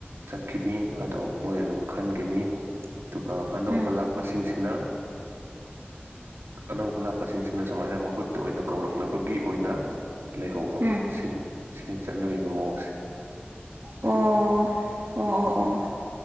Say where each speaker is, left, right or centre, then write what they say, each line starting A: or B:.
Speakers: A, on the right (about 85°); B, on the right (about 70°).
A: ꯆꯠꯈꯤꯅꯤ ꯑꯗꯣ ꯃꯨ ꯑꯗꯨꯝ ꯈꯟꯒꯤꯅꯤ ꯑꯗꯨꯒ ꯑꯅꯧꯕ
B: ꯎꯝ
A: ꯂꯥꯛꯄꯁꯤꯡꯁꯤꯅ ꯑꯅꯧꯕ ꯂꯥꯛꯄꯁꯤꯡꯁꯤꯅ ꯁꯨꯃꯥꯏꯅ ꯃꯍꯨꯠꯇ ꯑꯣꯏꯅ ꯀꯧꯔꯛꯅꯕꯒꯤ ꯑꯣꯏꯅ ꯂꯩꯍꯧꯕ
B: ꯎꯝ
A: ꯁꯤꯅꯤ ꯁꯤꯅꯤ ꯆꯠꯅꯔꯤꯕ ꯃꯑꯣꯡꯁꯦ
B: ꯑꯣ ꯑꯣ ꯑꯣ ꯑꯣ